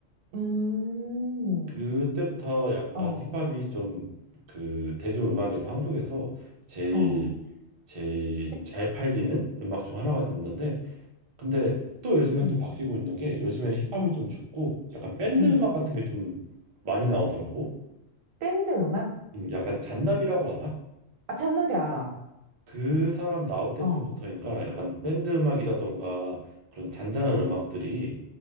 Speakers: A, on the right; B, on the right.
A: 음,
B: 그때부터 약간
A: 어,
B: 힙합이 좀 그 대중음악에서 한국에서 제일
A: 어.
B: 제일
A: 힙,
B: 잘 팔리는 음악 중 하나가 됐는데 근데 또 요즘엔
A: 음,
B: 또 바뀌고 있는 게 요즘에는 힙합이
A: 어,
B: 좀 죽고 약간 밴드
A: 음.
B: 음악 같은 게 좀 많이 나오더라고.
A: 밴드 음악?
B: 음, 약간 잔나비라고 알아?
A: 아, 잔나비 알아.
B: 그 사람 나올 때쯤부터인가
A: 어,
B: 약간 밴드 음악이라던가 그런 잔잔한 음악들이